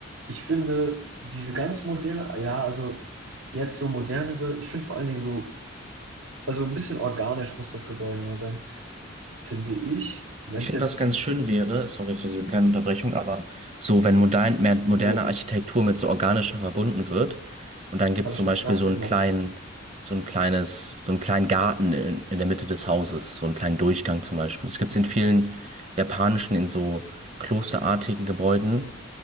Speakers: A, on the right; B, on the right.
A: Ich finde diese ganz moderne, ja, also jetzt so modernere, ich finde vor allen Dingen so, also ein bisschen organisch muss das Gebäude mal sein, finde ich. Wenn
B: Ich
A: es
B: finde,
A: jetzt,
B: was ganz schön wäre, sorry für die kleine Unterbrechung, aber so, wenn modern, mehr, moderne
A: was
B: Architektur mit so organischer verbunden wird und dann gibt
A: habe
B: es zum
A: ich das
B: Beispiel
A: gerade
B: so
A: gesagt?
B: einen kleinen, so ein kleines, so einen kleinen Garten in, in der Mitte des Hauses, so einen kleinen Durchgang zum Beispiel. Das gibt es in vielen japanischen, in so klosterartigen Gebäuden,